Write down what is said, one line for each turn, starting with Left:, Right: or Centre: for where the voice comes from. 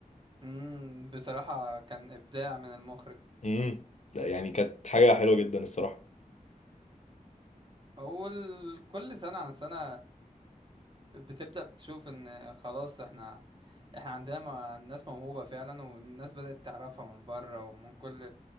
Right: امم بصراحة كان إبداع من المخرج
Left: امم ده يعني كانت حاجه حلوه جدا الصراحه
Right: أول كل سنة عن سنة بتبدأ بتشوف إن خلاص إحنا إحنا عندنا م- ناس موهوبة فعلا والناس بدأت تعرفها من بره ومن كل